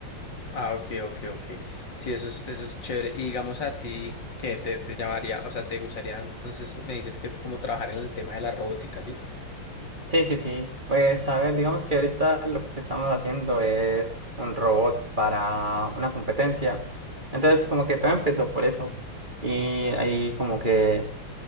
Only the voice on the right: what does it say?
Sí, sí, sí, pues a ver, digamos que ahorita lo que estamos haciendo es un robot para una competencia, entonces como que todo empezó por eso y ahí como que